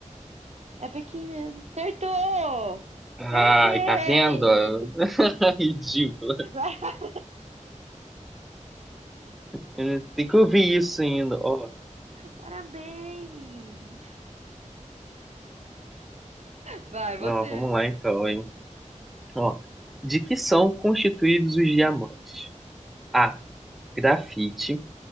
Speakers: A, on the right (about 60°); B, in the centre.
A: É Pequim mesmo. Acertou!
B: Ai,
A: Parabéns!
B: tá vendo? <laughs> Ridículo.
A: <laughs>
B: Eh, Tem que ouvir isso ainda. Ó,
A: Parabéns! Vai, você.
B: não, vamos lá então, hein? Ó, de que são constituídos os diamantes? A. Grafite.